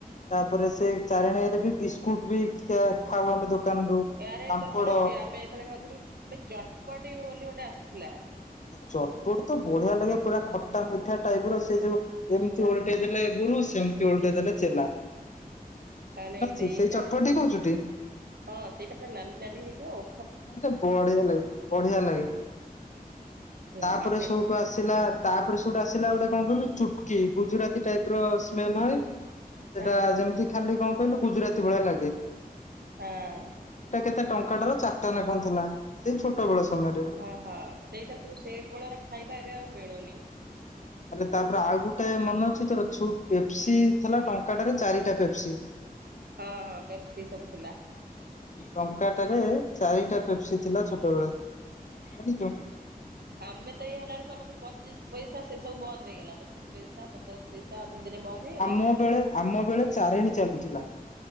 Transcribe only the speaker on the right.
ଏଆରେ
ତୋର ମନେ ଅଛି ଆମେ ଯେତେବେଳେ ଖାଉଥିଲୁ ଏ ଚଟପଟି ବୋଲି ଗୋଟେ ଆସିୁଥିଲା।
ହଁ
ନାଇଁ
ସେଇଟା
ହଁ ସେଇଟା ପୁରା ନାଲି ନାଲି ହେଇଥିବ ଓ
ହଁ
ବା ସେଇଠି
ହଁ
ହଁ।
ହଁ ହଁ ସେଇଟା ସବୁ ସେ ବେଳର ଖାଇବା ଏବେ ଆଉ ମିଳୁନି।
ହଁ ହଁ ପେପ୍ସି ସବୁ ଥିଲା।
ଆମେତ ଇଏ ହେଲା ବେଳକୁ ଆମର ଯୋଉ ପଚିଶି ପଇସା ସେ ସବୁ ବନ୍ଦ ହେଇଗଲା ପଚିଶି ପଇସା ପଚାଶେ ପଇସା ଅଧେ ଦିନେ ବନ୍ଦ ହେଇ